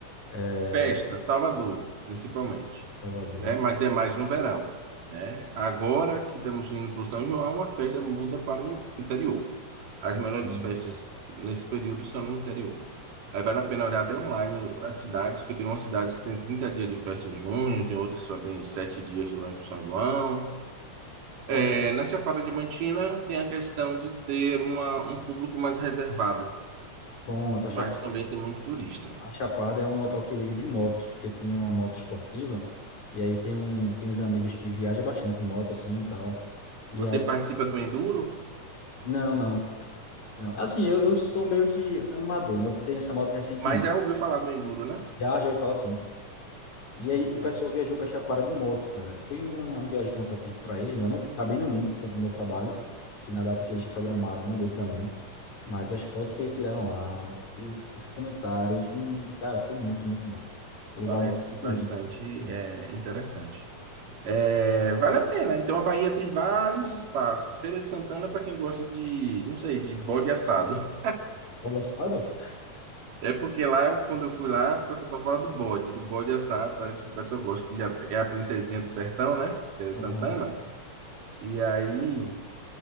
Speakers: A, on the left (about 60°); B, on the right (about 85°).
A: É...
B: Festa, Salvador, principalmente,
A: Salvador,
B: né?
A: né?
B: Mas é mais no verão, né? Agora que estamos indo para o São João, a festa muda para o in- interior. As
A: Uhum.
B: melhores festas nesse período são no interior. Aí vale a pena olhar até online as cidades, porque tem umas cidades que tem 30 dias de festa em junho, tem outras que só tem 7 dias durante o São João.
A: Ó,
B: É, na Chapada Diamantina tem a questão de ter uma, um público mais reservado,
A: pronto, a
B: mas
A: Chapada.
B: também tem muito turista.
A: A Chapada é um local que eu ia de moto, porque eu tinha uma moto esportiva. E aí tem um, tem uns amigos que viajam bastante em moto, assim, e tal. E
B: Você
A: a...
B: participa do Enduro,
A: Não, não, não. Assim, eu, eu sou meio que amador, né? Eu tenho essa moto recentemente.
B: mas já ouviu falar do Enduro, né?
A: Já, já ouvi falar assim. E aí o
B: Ah,
A: pessoal viajou pra Chapada de moto, cara. Foi uma uma viagem cansativa para eles, né? Eu não, acabei não indo por conta do meu trabalho, que na data que eles programaram não deu para mim. Mas as fotos que eles tiraram lá, o- os comentários, hum, cara, foi muito, muito bom. Um lugar
B: Parece
A: muito bonito.
B: bastante
A: Bom,
B: é, interessante. É, vale a pena. Então a Bahia tem vários espaços. Feira de Santana para quem gosta de, não sei, de bode assado.
A: olha esse lado?
B: É porque lá, quando eu fui lá, o pessoal só fala do bode, do bode assado. Parece que o pessoal gosta que já é a princesinha do sertão, né? Feira
A: Aham.
B: de Santana. E aí